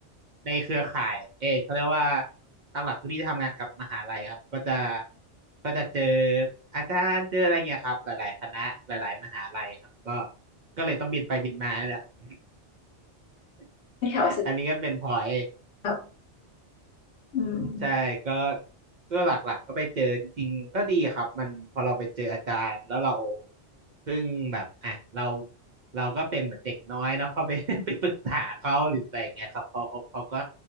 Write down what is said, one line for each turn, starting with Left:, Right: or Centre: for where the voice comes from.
Right: ในเครือข่ายเออเขาเรียกว่าหลักๆโทนี่จะทำงานกับมหาลัยครับก็จะก็จะเจออาจารย์เจออะไรเงี้ยครับหลายๆคณะหลายๆมหาลัยครับก็ก็เลยต้องบินไปบินมานี่แหละครับ <laughs>
Left: แถวสุด
Right: อันนี้ก็เป็นพลอย
Left: ครับอืม
Right: ใช่ก็ก็หลักๆก็ไปเจอจริงๆก็ดีครับมันพอเราไปเจออาจารย์แล้วเราเพิ่งแบบอ่ะเราเราก็เป็นเหมือนเด็กน้อยเนาะเข้าไป <laughs> ไปปรึกษาเขาหรืออะไรอย่างเงี้ยครับเขาเขาเขาก็